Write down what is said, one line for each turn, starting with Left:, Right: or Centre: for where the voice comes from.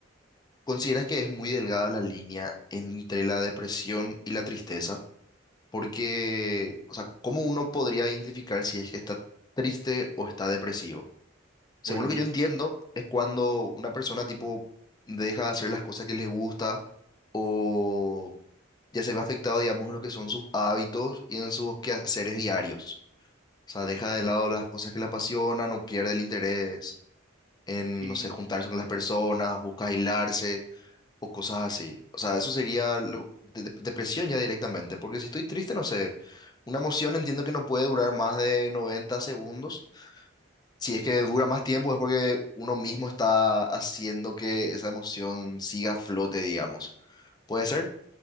Left: ¿Consideras que es muy delgada la línea entre la depresión y la tristeza? Porque, o sea, ¿cómo uno podría identificar si es que está triste o está depresivo? Según
Right: Bueno,
Left: lo que
Right: n-
Left: yo entiendo, es cuando una persona tipo deja de hacer las cosas que les gusta o ya se ve afectado, digamos, en lo que son sus hábitos y en sus quehaceres diarios. O sea, deja de lado las cosas que le apasionan o pierde el interés en,
Right: sí,
Left: no sé, juntarse con las personas, busca aislarse o cosas así. O sea, eso sería lo- de- de- depresión ya directamente, porque si estoy triste, no sé, una emoción entiendo que no puede durar más de 90 segundos. Si es que dura más tiempo es porque uno mismo está haciendo que esa emoción siga a flote, digamos. ¿Puede ser?